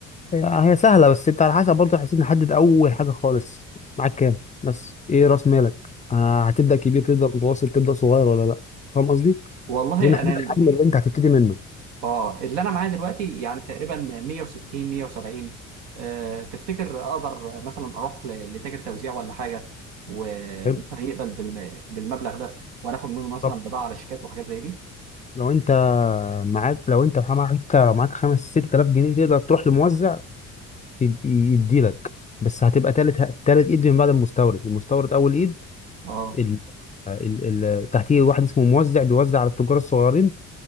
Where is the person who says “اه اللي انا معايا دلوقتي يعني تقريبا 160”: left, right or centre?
Right